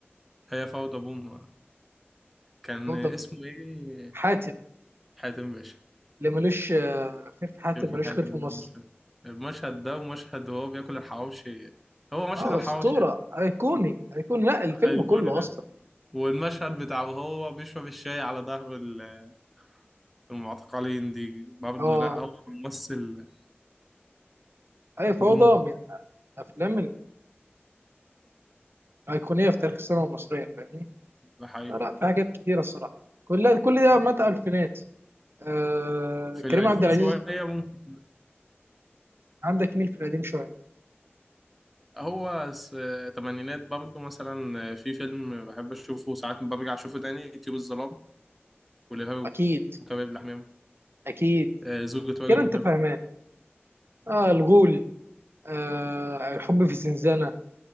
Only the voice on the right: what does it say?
فوضى
من
حاتم
اللي ملوش آه خير في حاتم
ملوش
خير في
مصر
اه
اسطوره ايقوني ايقوني لا الفيلم
كله
اصلا
اه
هي فوضى
من الافلام الايقونيه في تاريخ السينما المصريه فاهمني
لا لا في حاجات كتيره الصراحه كلها كل ده مات الفينات آه
كريم عبد العزيز
عندك مين في القديم شويه
اكيد
اكيد
كده
انت فاهمان اه الغول آه الحب في زنزانه